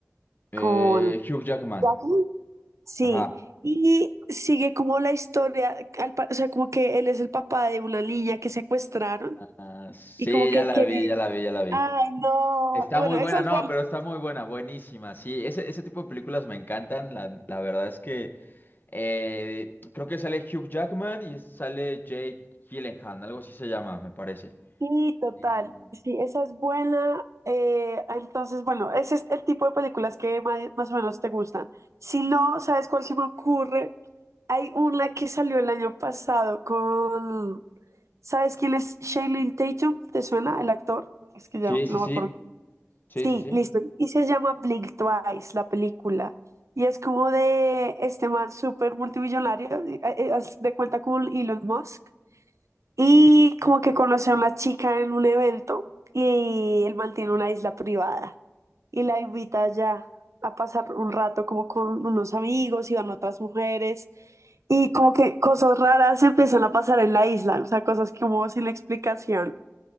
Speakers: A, on the left; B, on the right.
A: Eh,
B: con
A: Hugh Jackman.
B: Jackman, sí,
A: Ajá.
B: y sigue como la historia, al pa- o sea, como que él es el papá de una niña que secuestraron
A: Ah, sí,
B: y como que
A: ya la
B: quiere,
A: vi, ya la vi, ya la vi.
B: ay, no,
A: Está
B: bueno,
A: muy
B: eso
A: buena,
B: es
A: no, pero está muy buena, buenísima. Sí, ese, ese tipo de películas me encantan. La, la verdad es que eh, creo que sale Hugh Jackman y sale Jake Gyllenhaal, algo así se llama, me parece.
B: Sí, total.
A: Y-
B: Sí, esa es buena. Eh, entonces, bueno, ese es el tipo de películas que ma- más, o menos te gustan. Si no, ¿sabes cuál se me ocurre? Hay una que salió el año pasado con... ¿Sabes quién es Shailene Tatum? ¿Te suena el actor? Es que ya
A: Sí, sí,
B: no
A: sí,
B: me acuerdo.
A: sí,
B: Sí,
A: sí, sí.
B: listo. Y se llama Blink Twice, la película. Y es como de este man súper multimillonario, eh, eh, haz de cuenta con Elon Musk y como que conoce a una chica en un evento y él mantiene una isla privada y la invita allá a pasar un rato como con unos amigos y van otras mujeres y como que cosas raras empiezan a pasar en la isla, o sea, cosas como sin explicación.